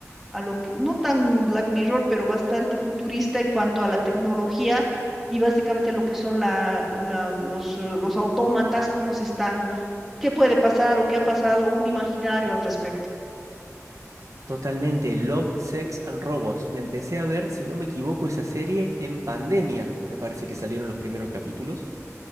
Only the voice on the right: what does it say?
Totalmente, Love, Sex and Robots. La empecé a ver, si no me equivoco, esa serie en pandemia. Me parece que salieron los primeros capítulos.